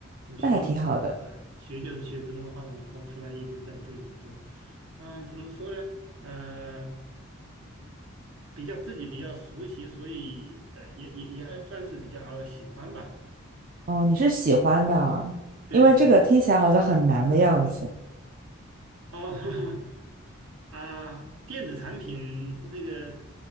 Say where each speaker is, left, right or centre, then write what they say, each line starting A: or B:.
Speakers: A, on the right; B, on the right.
A: 我学就啊，
B: 那还挺好的。
A: 学就是学自动化的，然后出来一直在这里做。啊、怎么说呢？呃，比较自己比较熟悉，所以呃，也也也还算是比较喜欢吧。
B: 哦，你是喜欢的啊因为这个听起来好像很难的样子。
A: 对。哦 <laughs> 啊，电子产品那个